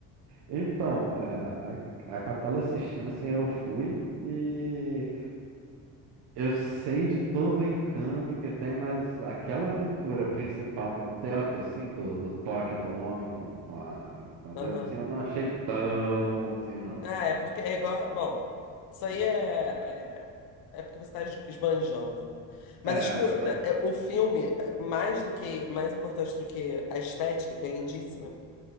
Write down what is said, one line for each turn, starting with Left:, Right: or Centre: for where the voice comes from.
Right: Então, é, a, a Capela Sistina, assim, eu fui e eu sei de todo o encanto que tem, mas aquela pintura principal no teto, assim, do, do toque do homem com, com, a, com
Left: Aham.
Right: Deus, assim, eu não achei tão assim, não.
Left: Ah, é porque é igual. Bom, isso
Right: É,
Left: aí é, é, é porque você está esbanjando. Mas
Right: é,
Left: escuta,
Right: ma-
Left: é, o filme, é, mais do que, mais importante do que a estética, que é lindíssima,